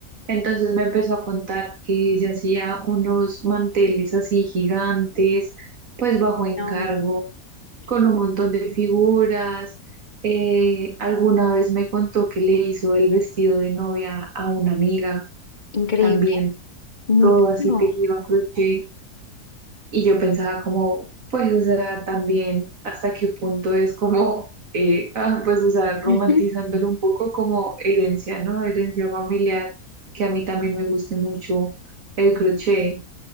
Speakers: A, on the right; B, on the left.
A: Entonces me empezó a contar que ella hacía unos manteles así gigantes, pues bajo encargo,
B: No.
A: con un montón de figuras. Eh, alguna vez me contó que le hizo el vestido de novia a una amiga
B: Increíble.
A: también,
B: Muy
A: todo así
B: duro.
A: tejido a crochet. Y yo pensaba como, pues, o sea, también hasta qué punto es como, eh, ah, pues, o sea, romantizándolo
B: Ujú.
A: un poco como herencia, ¿no? Herencia familiar, que a mí también me guste mucho el crochet.